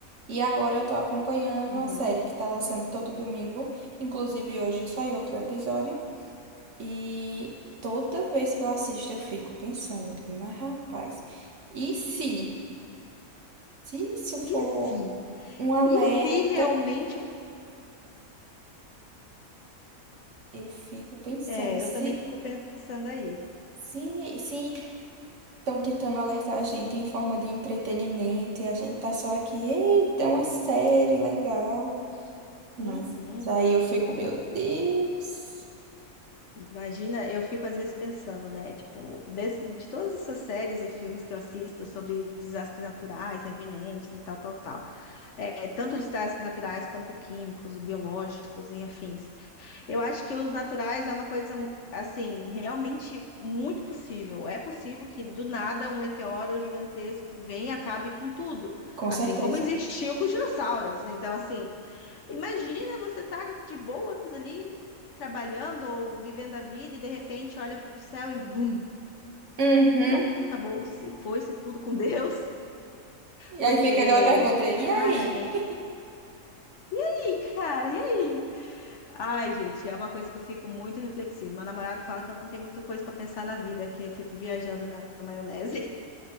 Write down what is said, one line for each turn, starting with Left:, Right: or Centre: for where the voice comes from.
Right: e agora eu tô acompanhando
Left: Uhum.
Right: a série que tá lançando todo domingo, inclusive hoje saiu outro episódio, e toda vez que eu assisto eu fico pensando, eu digo, mas rapaz, e se, se isso for
Left: E se?
Right: um alerta,
Left: E se realmente. o-
Right: eu fico pensando,
Left: É,
Right: se.
Left: eu também fico pensando aí.
Right: Se, se estão tentando alertar a gente em forma de entretenimento e a gente tá só aqui, eita, é uma série legal. Mas
Left: Uhum.
Right: aí eu fico, meu Deus.
Left: Imagina, eu fico às vezes pensando, né? Tipo, desse- de todas essas séries e filmes que eu assisto sobre desastres naturais, eminentes e tal, tal, tal. É, tanto desastres naturais quanto químicos, biológicos e afins. Eu acho que os naturais é uma coisa, assim, realmente muito possível. É possível que do nada um meteoro gigantesco venha e acabe com tudo.
Right: Com
Left: Assim
Right: certeza.
Left: como existiu com os dinossauros. né? Então, assim, imagina você tá de boas ali, trabalhando ou vivendo a vida e de repente olha para o céu e vum,
Right: Uhum.
Left: pronto, acabou-se, foi-se tudo com <laughs> Deus.
Right: E
Left: Porque,
Right: aí fica aquela pergunta,
Left: cara,
Right: e aí?
Left: é.
Right: <laughs>
Left: E aí, cara, e aí? Ai, gente, é uma coisa que eu fico muito reflexiva. Meu namorado fala que eu não tenho muita coisa pra pensar na vida, que eu fico viajando na maionese.